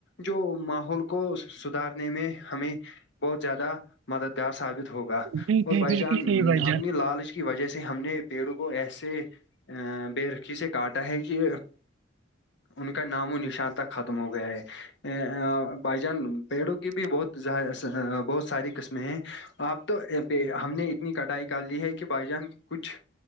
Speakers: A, on the left (about 65°); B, on the right (about 80°).
A: جو ماحول کو سھارنے میں ہمیں بہت زیادہ مددگار ثابت ہوگا
B: جی
A: اور
B: جی
A: بھائی
B: بالکل
A: جان
B: صحیح بھائی جان
A: اپنی لالچ کی وجہ سے ہم نے پیڑوں کو ایسے ا بے رکھی سے کاٹا ہے کہ ان کا نام و نشان تہ ختم ہو گیا ہے ا بائی جان پیڑوں کی بھی بہت بہت ساری قسمیں ہیں آپ تو ہم نے اتنی کٹائی کر لی ہے کہ بھائی جان کچھ